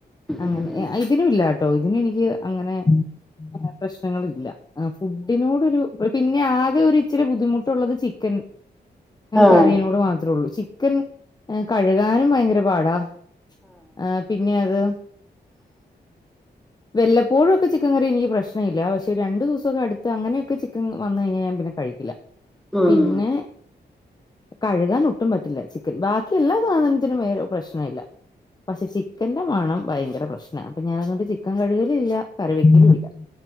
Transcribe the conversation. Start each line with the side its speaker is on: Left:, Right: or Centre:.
Centre: ആഹ്
Left: അങ്ങനെ ഇതിനും ഇല്ലട്ടോ ഇതിനെനിക്ക് അങ്ങനെ പ്രശ്നങ്ങളില്ല ആഹ് ഫുഡിനോടൊരു പിന്നെ ആകെ ഒരു ഇച്ചിരി ബുദ്ധിമുട്ടുള്ളത് ചി- ക്കൻ
Centre: ആഹ്
Left: കറീനോട് മാത്രമേ ഉള്ളൂ ചിക്കൻ- കഴുകാനും ഭയങ്കര പാടാ ആ പിന്നെ അത്
Centre: <inaudible>
Left: വല്ലപ്പോഴൊക്കെ ചിക്കൻ കറി എനിക്ക്ശ്നമില്ല പക്ഷ ഒരു രണ്ട് ദിവസൊക്കെടുത്ത് അങ്ങനെയൊക്കെ ചിക്കൻ വന്ന് കഴിഞ്ഞാൽഞാൻ പിന്നെകഴിക്ക് ക്കില്ല
Centre: ഉം
Left: പിന്നെ കഴുകാൻ ഒട്ടും പറ്റില്ല ചിക്കൻ ബാക്കി എല്ലാ സാധനത്തിനും പ്രശ്ന ഇല്ല പക്ഷെ ചിക്കന്റെ മണം ഭയങ്കര പ്രശ്ന- അപ്പൊ ഞാനോട്ട്ചിക്കൻ കഴുകലല്ല കറിവെക്കലുല്ല